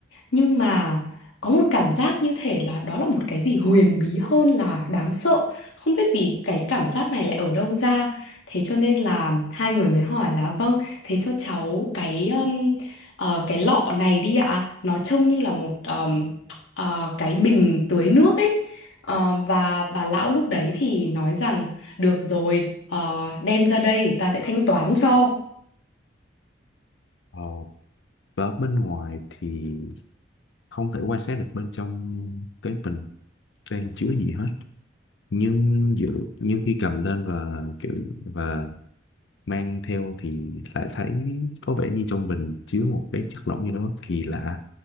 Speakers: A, on the left (about 85°); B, on the left (about 70°).
A: nhưng mà có một cảm giác như thể là đó là một cái gì huyền bí hơn là đáng sợ không biết vì cái cảm giác này lại ở đâu ra thế cho nên là hai người mới hỏi là vâng thế cho cháu cái um, ờ, cái lọ này đi ạ nó trông như là một um, ờ, cái bình tưới nước ấy Ờ, và bà lão lúc đấy thì nói rằng được rồi ờ, đem ra đây ta sẽ thanh toán cho
B: Ờ, và bên ngoài thì không thể quan sát được bên trong cái bình đang chứa gì hết nhưng dự nhưng khi cầm lên và kiểu và mang theo thì lại thấy có vẻ như trong bình chứa một cái chất lỏng gì đó kỳ lạ